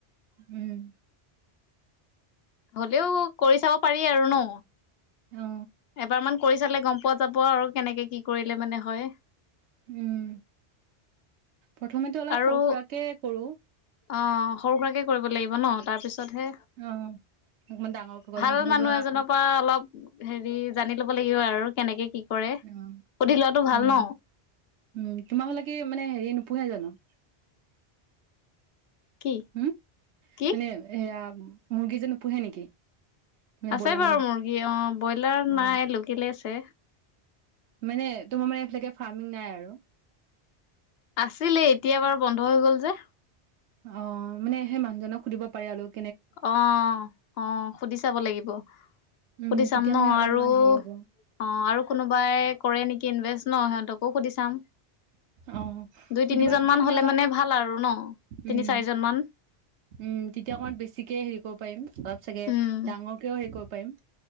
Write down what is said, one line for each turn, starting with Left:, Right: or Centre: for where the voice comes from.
Right: উম।
Left: হলেও কৰি চাব পাৰি আৰু ন।
Right: অ
Left: এবাৰ মান কৰি চালে গম পোৱা যাব আৰু, কেনেকে কি কৰিলে মানে হয়।
Right: উম, প্ৰথমেতো অলপ
Left: আৰু
Right: সৰু সুৰাকে কৰো।
Left: অ সৰু সুৰাকে কৰিব লাগিব ন, তাৰ পিছত
Right: অ অকমান ডাঙৰকৈ কৰিম
Left: ভাল
Right: ধৰি
Left: মানুহ
Right: লোৱা
Left: এজনৰ পা অলপ, হেৰি জানি ল'ব লাগিব আৰু কেনেকে কি কৰে
Right: অ, উম,
Left: সুধি লোৱাটো ভাল
Right: উম,
Left: ন
Right: তোমাৰ হলে কি মানে হেৰি নোপোহে জানো?
Left: কি
Right: হম,
Left: কি
Right: মানে এয়া মুৰ্গী যে নোপোহে নেকি? মানে
Left: আছে
Right: ব্ৰইলাৰ
Left: বাৰু মুৰ্গী অ, ব্ৰইলাৰ
Right: অ
Left: নাই লোকেলে আছে।
Right: মানে তোমাৰ মানে এইফালে কে ফাৰ্মিং নাই আৰু।
Left: আছিলে, এতিয়া বাৰু বন্ধ হৈ গল যে।
Right: অ মানে সেই মানুহজনক সুধিব পাৰি আলোক।
Left: অ অ সুধি চাব লাগিব
Right: উম
Left: সুধি
Right: তেতিয়া
Left: চাম ন,
Right: মানে অলপমান
Left: আৰু
Right: হেৰি হ'ব
Left: অ আৰু কোনোবাই কৰে নেকি ইনভেষ্ট ন সিহঁত তকো সুধি চাম।
Right: অ
Left: দুই
Right: সুধিবা
Left: তিনিজন
Right: তেতিয়া
Left: মান হলে
Right: অলপ
Left: মানে ভাল আৰু ন, তিনি
Right: উম
Left: চাৰিজন মান।
Right: উম তেতিয়া অকণমান বেছিকে হেৰি কৰিব পাৰিম, অলপ চাগে
Left: উম
Right: ডাঙৰকেও হেৰি কৰিব পাৰিম।